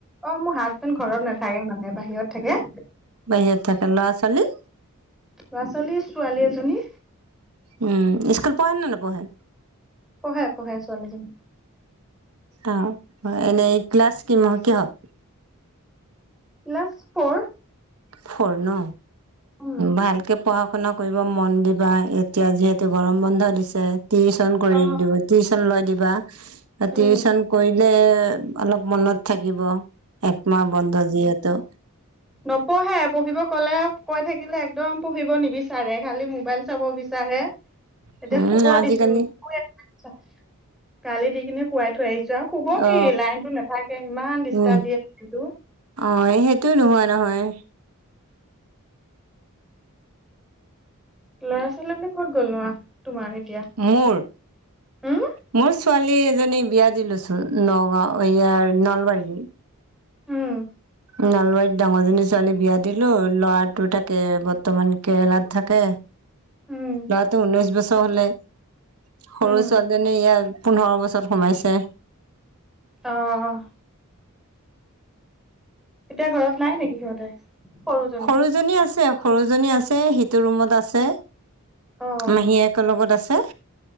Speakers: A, in the centre; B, on the right.
A: অ, মোৰ হাজবেণ্ড ঘৰত নাথাকে মানে বাহিৰত থাকে।
B: বাহিৰত থাকে, ল'ৰা ছোৱালী?
A: লৰা-ছোৱালী, ছোৱালী এজনী।
B: উম, স্কুল পহে নে নপহে?
A: পহে পহে ছোৱালীজনী।
B: অ, হয়, এনেই ক্লাছ কিম কিহত?
A: Class four.
B: ফ'ৰ ন,
A: উম
B: ভালকে পঢ়া-শুনা কৰিব মন দিবা এতিয়া যিহেতু গৰম বন্ধ দিছে, টিউচন কৰি
A: অ
B: দিব টিচন লৈ দিবা, আ
A: উম
B: টিচন কৰিলে অলপ মনত থাকিব। একমাহ বন্ধ যিহেতু।
A: নপহে পহিব কলে কৈ থাকিলে একদম পঢ়িব নিবিচাৰে, খালি মোবাইল চাব বিচাৰে।
B: <inaudible>
A: এতিয়া শুব
B: আজিকালি
A: দিছো নুশুৱে <unintelligible> গালি দি কিনি শুৱাই থৈ আহিছো আৰু শুব
B: অ
A: কি, লাইনটো নাথাকে ইমান ডিষ্টাৰ্ব
B: উম
A: দিয়ে <unintelligible> টো।
B: অ, এ সেইটো নহয় নহয়।
A: ল'ৰা-ছোৱালীবিলাক ক'ত গ'লনো আহ তোমাৰ, এতিয়া?
B: মোৰ?
A: উম
B: মোৰ ছোৱালী এজনী বিয়া দি লৈছো নগাঁও ইয়াৰ নলবাৰী
A: উম।
B: নলবাৰীত ডাঙৰজনী ছোৱালী বিয়া দিলো ল'ৰাটো থাকে বৰ্তমান কেৰেলাত থাকে।
A: উম
B: ল'ৰাটো ঊনৈশ বছৰ হ'লেই, সৰু
A: উম
B: ছোৱালীজনী ইয়াৰ পোন্ধৰ বছৰত সোমাইছে।
A: অ', এতিয়া ঘৰত নাই নিকি সিহঁতে? সৰুজনী
B: সৰু জনী আছে, সৰু জনী আছে, সিটো ৰুমত আছে।
A: অ'।
B: মাহীয়েকৰ লগত আছে।